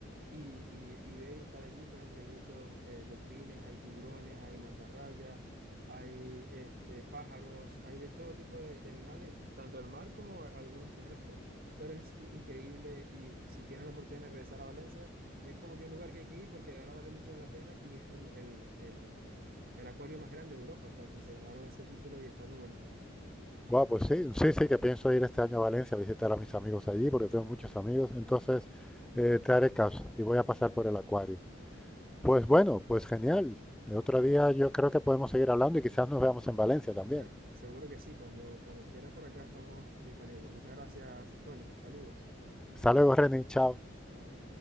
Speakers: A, on the right; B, in the centre.
A: y, y- y ver y estar allí. Por ejemplo, hay muchos eh, delfines, hay tiburones, hay mantarrayas hay este, pájaros, hay de todo tipo de, de animales, tanto del mar como a- algunos terrestres. Pero es u- increíble y si tienes la oportunidad de regresar a Valencia, es como que un lugar que hay que ir porque de verdad vale mucho la pena y es el, el, el, el acuario más grande de Europa, o sea, que se ganaron ese título y está muy bonito.
B: Guau, pues sí, sí, sí, que pienso ir este año a Valencia a visitar a mis amigos allí, porque tengo muchos amigos. Entonces, eh, te haré caso y voy a pasar por el acuario. Pues bueno, pues genial. El otro día yo creo que podemos seguir hablando y quizás nos veamos en Valencia también.
A: Se- seguro que sí, cuando, cuando quiera por acá estamos disponibles. Muchas gracias, Tony. Saludos.
B: Hasta luego, Reni, chao.
A: Chao.